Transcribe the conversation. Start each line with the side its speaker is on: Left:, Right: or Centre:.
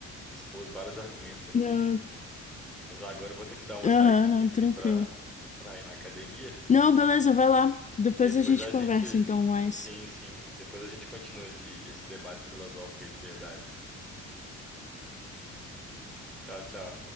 Centre: expôs vários argumentos aqui.
Left: Não,
Centre: Mas agora eu vou ter que dar uma
Left: Aham,
Centre: saidinha
Left: não,
Centre: aqui
Left: tranquilo.
Centre: para para ir na academia.
Left: Não, beleza, vai lá. Depois
Centre: Depois
Left: a gente
Centre: a gente.
Left: conversa então mais.
Centre: Sim, sim. Depois a gente continua esse, esse debate filosófico aí de verdades. Tchau, tchau.